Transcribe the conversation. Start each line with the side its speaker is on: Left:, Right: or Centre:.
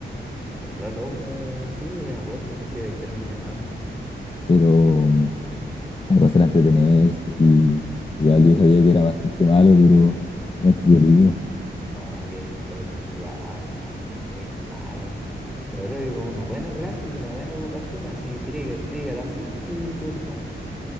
Centre: El Lalo, oh, sí, pues me acuerdo, pues sí, era terrible malo.
Left: pero mm, la cosa era entretenerse, sí. Igual yo sabía que era bastante malo, pero era entretenido.
Centre: No, que era un troll culiao, hermano, eres muy malo. Yo creo que con una buena clase y una buena educación, así, trigger, trigger, así, y triunfáis.